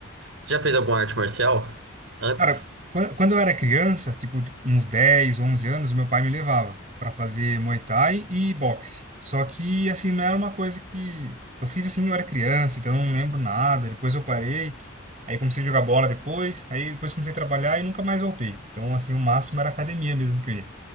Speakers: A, on the right; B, on the right.
A: você já fez alguma arte marcial? Antes?
B: Cara, quan- quando eu era criança, tipo, uns 10 11 anos, meu pai me levava pra fazer Muay Thai e boxe. Só que, assim, não era uma coisa que... Eu fiz, assim, eu era criança, então eu não lembro nada. Depois eu parei, aí comecei a jogar bola depois, aí depois comecei a trabalhar e nunca mais voltei. Então, assim, o máximo era academia mesmo que eu ia.